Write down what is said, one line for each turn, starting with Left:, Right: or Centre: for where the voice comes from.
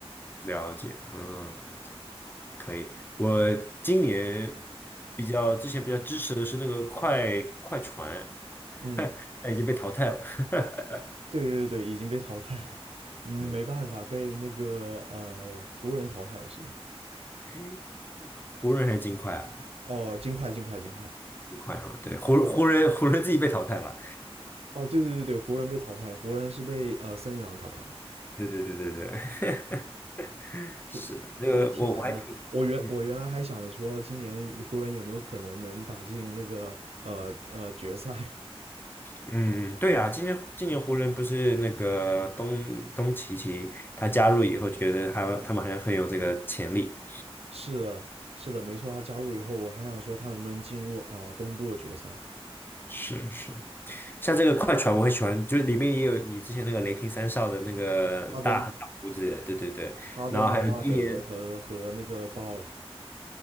Left: 了解，嗯，了解，可以。我今年比较之前比较支持的是那个快快船，
Right: 嗯，
Left: <laughs> 但已经被淘汰了。<laughs>
Right: 对对对，已经被淘汰了。嗯没办法，
Left: 嗯，
Right: 被那个呃湖人淘汰了是吧？
Left: 诶湖人还是金块啊？
Right: 哦，金块，金块，金块。
Left: 金块啊，对，湖湖人湖人自己被淘汰了。
Right: 哦，对对对对，湖人被淘汰了，湖人是被呃森林狼淘汰了。
Left: 对对对对对，<laughs>
Right: 挺也挺难的。
Left: 是的，那个我我还挺。
Right: 我原我原来还想着说，
Left: 嗯
Right: 今年湖人有没有可能能打进那个呃呃决赛？
Left: 嗯，对呀，今年今年湖人不是那个东东契奇他加入以后，觉得他他们好像很有这个潜力。
Right: <laughs> 是的，是的，没错。他加入以后，我还想说他能不能进入啊、呃东部决赛？
Left: 是是，像这个快船我很喜欢，就是里面也有你之前那个雷霆三少的那个大大胡子，
Right: 哈登、
Left: 对对对。
Right: 哈登、
Left: 然后还有今年
Right: 雷纳德和和那个鲍尔、